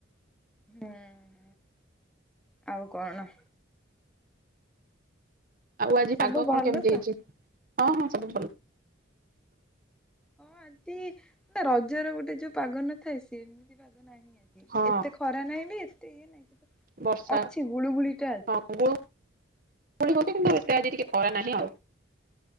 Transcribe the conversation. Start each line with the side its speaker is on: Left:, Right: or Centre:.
Centre: ହୁଁ ହୁଁ, ଆଉ କଣ?
Right: ଆଉ ଆଜି
Centre: ସବୁ
Right: ପାଗ
Centre: ଭଲ
Right: କଣ କେମତି
Centre: ତ?
Right: ହେଇଛି? ହଁ ହଁ ସବୁ ଭଲ।
Centre: ହଁ ଆଜି, ମାନେ ରଜର ଗୋଟେ ଯୋଉ ପାଗ ନ ଥାଏ, ସେମିତି ପାଗ ନାହିଁ ଆଜି। ନାହିଁକି,
Right: ହଁ
Centre: ଏତେ ଖରା ନାହିଁ ବି ଏତେ ଇଏ ନାଇଁ କିନ୍ତୁ
Right: ବର୍ଷା
Centre: ଅଛି ଗୁଳୁଗୁଳିଟା ଅଛି।
Right: ହଁ ଗୁଳୁଗୁଳି ହଉନି କିନ୍ତୁ ଏତେ ଆଜି ଟିକେ ଖରା ନାହିଁ ଆଉ।